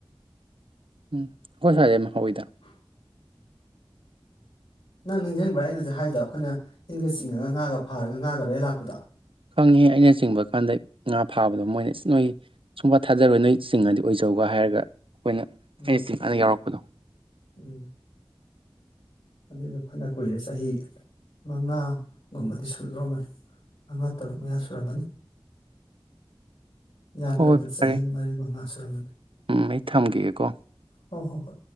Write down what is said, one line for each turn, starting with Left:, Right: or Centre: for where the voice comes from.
Right: ꯎꯝ ꯑꯩꯈꯣꯢ ꯁꯋꯥꯏ ꯌꯥꯝ ꯍꯥꯎꯋꯤꯗ
Left: ꯒ ꯅꯪ ꯅꯤꯡꯁꯤꯡꯕ꯭ꯔꯥ ꯑꯩꯅ ꯍꯧꯖꯤꯛ ꯍꯥꯏꯗꯣ ꯑꯩꯈꯣꯏꯅ ꯏꯟꯒ ꯆꯤꯡꯉꯒ ꯉꯥꯒ ꯐꯥꯔꯒ ꯉꯥꯒ ꯂꯩꯔ ꯂꯥꯛꯄꯗꯣ
Right: ꯈꯪꯉꯦꯍꯦ ꯑꯩꯅ ꯆꯤꯡꯕ ꯀꯥꯟꯗ ꯉꯥ ꯐꯥꯕꯗꯣ ꯃꯣꯏꯅ ꯅꯣꯏ ꯁꯨꯡꯄꯥ ꯊꯥꯖꯔꯣꯏ ꯅꯣꯏ ꯆꯤꯡꯉꯗꯤ ꯑꯣꯏꯖꯧꯒ ꯍꯥꯏꯔꯒ ꯑꯩꯈꯣꯏꯅ
Left: ꯎꯝ
Right: ꯑꯩꯅ ꯆꯤꯡ ꯑꯗ ꯌꯥꯎꯔꯛꯄꯗꯣ
Left: ꯎꯝ ꯑꯗꯨꯏꯗꯣ ꯐꯅ ꯀꯨꯏꯔꯦ ꯆꯍꯤ ꯃꯉꯥꯒꯨꯝꯕꯗꯤ ꯁꯨꯗꯔꯣꯔꯝꯃꯥꯅꯤ ꯃꯉꯥ ꯇꯔꯨꯛ ꯃꯌꯥ ꯁꯨꯔꯝꯃꯅꯤ ꯌꯥꯝꯗ꯭ꯔꯕꯗ
Right: ꯍꯣꯏ ꯍꯣꯏ
Left: ꯆꯍꯤ
Right: ꯐꯔꯦ
Left: ꯃꯔꯤ ꯃꯉꯥ ꯁꯨꯔꯝꯃꯅꯤ
Right: ꯎꯝ ꯑꯩ ꯊꯝꯈꯤꯒꯦꯀꯣ
Left: ꯍꯣꯏ ꯍꯣꯏ ꯍꯣꯏ